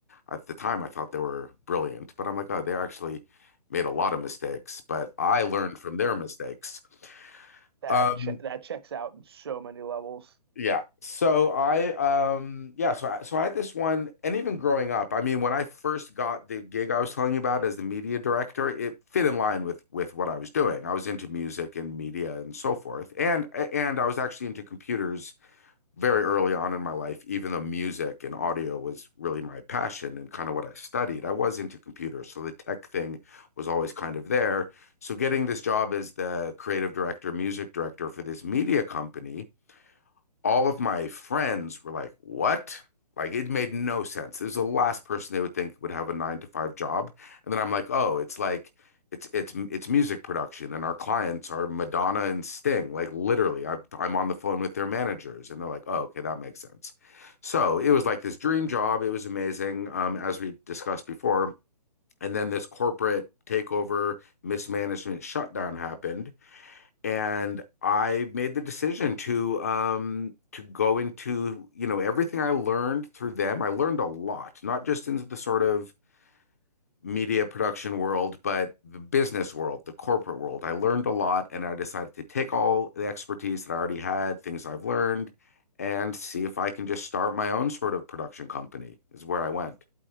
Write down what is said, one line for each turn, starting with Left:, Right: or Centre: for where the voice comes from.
Left: At the time, I thought they were brilliant, but I'm like, oh, they actually made a lot of mistakes, but I learned from their mistakes.
Right: that
Left: Um,
Right: che- that checks out in so many levels
Left: Yeah. So I um yeah, so I, so I had this one and even growing up, I mean when I first got the gig I was telling you about as the media director, it fit in line with with what I was doing. I was into music and media and so forth. And and I was actually into computers very early on in my life, even though music and audio was really my passion and kind of what I studied. I was into computers, so the tech thing was always kind of there. So getting this job as the creative director, music director for this media company all of my friends were like, what? Like it made no sense. There's the last person they would think would have a nine to five job. And then I'm like, oh, it's like it's it's it's music production, and our clients are Madonna and Sting. Like literally, I'm I'm on the phone with their managers, and they're like, oh, okay, that makes sense. So it was like this dream job. It was amazing, um, as we discussed before. And then this corporate takeover, mismanagement, shutdown happened and I made the decision to um to go into, you know, everything I learned through them. I learned a lot, not just into the sort of media production world, but the business world, the corporate world. I learned a lot and I decided to take all the expertise that I already had, things I've learned, and see if I can just start my own sort of production company is where I went.